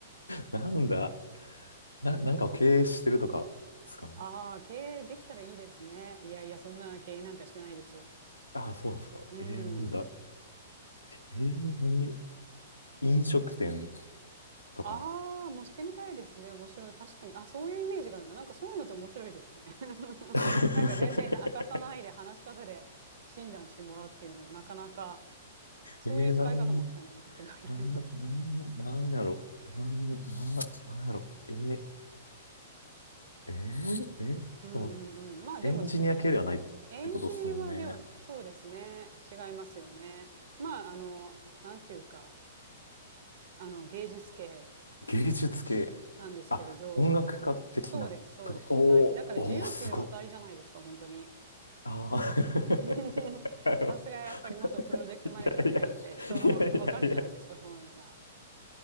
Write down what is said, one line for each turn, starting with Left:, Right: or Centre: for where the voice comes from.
Left: なんだ、な、なんかを経営してるとかですかね。
Right: ああ、経営できたらいいですね。いやいや、そんな経営なんかしてないですよ。
Left: ああ、そうなんですか。
Right: うん。
Left: えー、なんだ。えー、何飲食店とか。
Right: ああ、もうしてみたいですね。面白い。確かに。あ、そういうイメージがあるな。なんかそういうのって面白いですね。<laughs>
Left: <laughs>
Right: なんか全然明かさないで話し方で診断してもらうっていうのもなかなか、そういう使い方もあったね。
Left: えー、なん、
Right: ってみたいな。
Left: なん、
Right: <laughs>
Left: なん、なんやろ。なん、なん、なんやろ。えー、えー、えーでも、
Right: うんうんうん。まあでも、
Left: エンジニア系ではないってことですもんね。
Right: そエンジニアでは、そうですね。違いますよね。まあ、あの、なんていうか、あの、芸術系
Left: 芸術系。
Right: なんですけれど、
Left: あ、音楽家的なとこ。
Right: そうです、そうです。はい。だから自由っていうのは当たりじゃないですか、
Left: おー、おー、すごっ。
Right: 本当に。
Left: あー
Right: うん
Left: <laughs>
Right: <laughs>
Left: なるほど
Right: さすがやっぱり元プロジェクトマネージャーだけあって人のわかるんじゃないですかそういうのが。
Left: いやいや、いやいやいや。